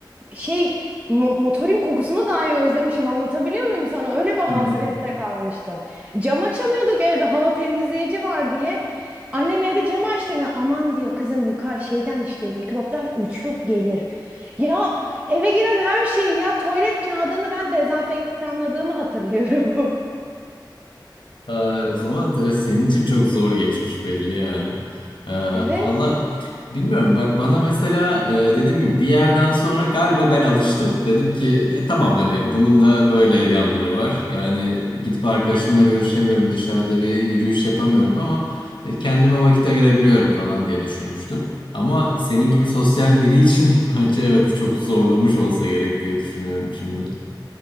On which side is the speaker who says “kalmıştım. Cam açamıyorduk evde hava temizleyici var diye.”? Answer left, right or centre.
Right